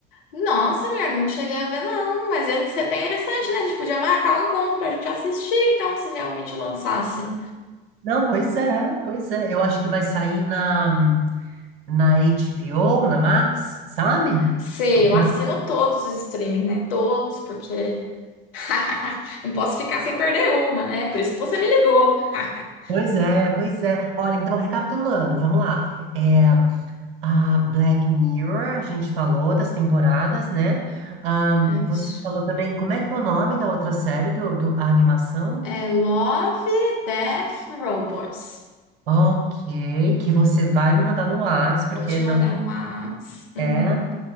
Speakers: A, on the left (about 75°); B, on the right (about 70°).
A: nossa, mulher, não cheguei a ver não, mas ia ser bem interessante, né? A gente podia marcar um encontro pra gente assistir, então, se realmente lançasse.
B: Não, pois é, pois é. Eu acho que vai sair na. na HBO, na Max, sabe?
A: Sei,
B: Já-
A: eu assino todos os streaming, né? Todos, porque <laughs> não posso ficar sem perder uma, né? Por isso que você me ligou. <laughs>
B: Pois é, pois é. Olha, então recapitulando, vamos lá. É, a Black Mirror, a gente falou das temporadas, né? Ahn,
A: É
B: você
A: isso.
B: falou também, como é que é o nome da outra série do, do a animação?
A: É Love, Death, Robots.
B: Ok, que você vai me mandar no Whats,
A: Vou
B: porque
A: te mandar
B: não
A: no Whats. Uhum.
B: é.